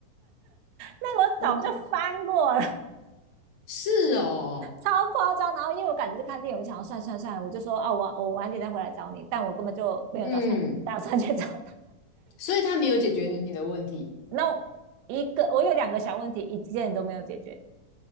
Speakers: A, on the right (about 85°); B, on the left (about 60°).
A: 那个我早就翻过了。
B: 嗯，是哦，
A: 超夸张。然后因为我赶着去看电影，我想要算算算，我就说啊，我我晚点再回来找你，但我根本就没有打算打算去找他。
B: 嗯，所以他没有解决你的问题，
A: <laughs> 那一个我有两个小问题，一件都没有解决，